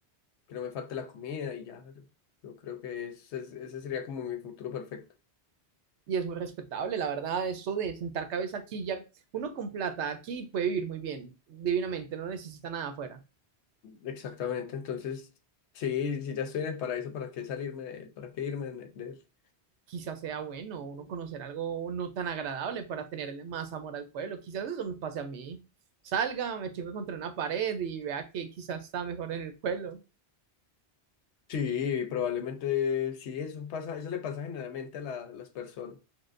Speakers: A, on the left; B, on the right.
A: que no me falte la comida y ya. Yo, yo creo que ese, es- ese sería como mi futuro perfecto.
B: Y es muy respetable, la verdad, eso de sentar cabeza aquí ya, uno con plata aquí puede vivir muy bien, divinamente, no necesita nada afuera.
A: Exactamente, entonces, sí, si ya estoy en el paraíso, ¿para qué salirme, de él? para qué irme de de él?
B: quizás sea bueno uno conocer algo no tan agradable para tenerle más amor al pueblo. Quizás eso me pase a mí. Salga, me choque contra una pared y vea que quizás está mejor en el pueblo. <laughs>
A: Sí, probablemente sí, eso pasa, eso le pasa generalmente a la- las personas.